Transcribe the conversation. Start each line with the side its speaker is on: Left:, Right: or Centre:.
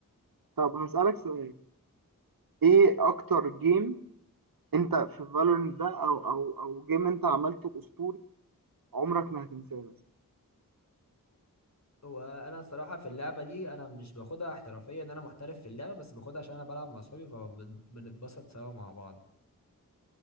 Right: طب هسألك سؤال ايه اكتر جيم انت في فالورنت ده او او او جيم انت عملته اسطوري عمرك ما هتنساه مثلا
Left: وانا الصراحه في اللعبه دي انا مش باخدها احترافيا ان انا محترف في اللعبه بس باخدها عشان انا بلعب مع اصحابي فبنتبسط سوا مع بعض